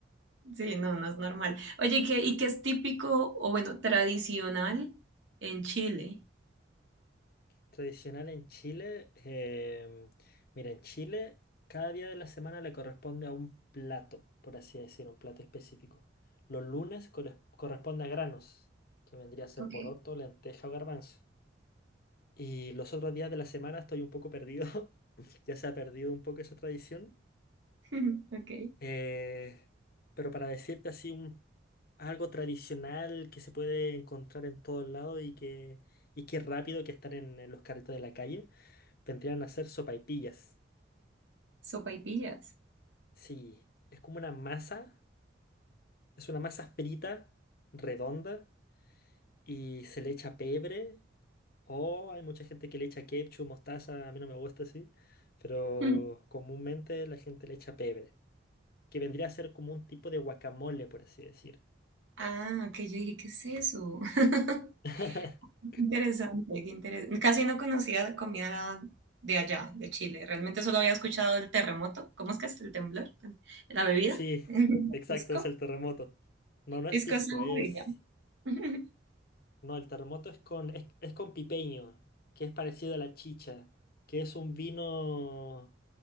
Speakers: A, on the right; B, on the left.
A: Sí, no, no es normal. Oye, ¿y qué, y qué es típico o bueno, tradicional en Chile?
B: Tradicional en Chile, em, mira, en Chile cada día de la semana le corresponde a un plato, por así decir, un plato específico. Los lunes corres- corresponde a granos, que vendría a ser
A: Ok,
B: poroto, lenteja o garbanzo. Y los otros días de la semana estoy un poco perdido, <laughs> ya se ha perdido un poco esa tradición.
A: <laughs> ok,
B: Eh, pero para decirte así un, algo tradicional que se puede encontrar en todos lados y que, y que es rápido que están en en los carritos de la calle. Vendrían a ser sopaipillas.
A: sopaipillas.
B: Sí, es como una masa, es una masa frita, redonda, y se le echa pebre. O hay mucha gente que le echa ketchup, mostaza, a mí no me gusta así, pero
A: <laughs>
B: comúnmente la gente le echa pebre, que vendría a ser como un tipo de guacamole, por así decir.
A: Ah, que yo dije, ¿qué es eso? <laughs>
B: <laughs>
A: Interesante, qué interesante. Casi no conocía la comida de allá, de Chile. Realmente solo había escuchado el terremoto. ¿Cómo es que es el temblor? La bebida.
B: Sí,
A: <laughs>
B: exacto,
A: Pisco.
B: es el terremoto. No, no
A: Pisco
B: es pisco,
A: sour
B: es...
A: y ya. <laughs>
B: No, el terremoto es con, es, es con pipeño, que es parecido a la chicha, que es un vino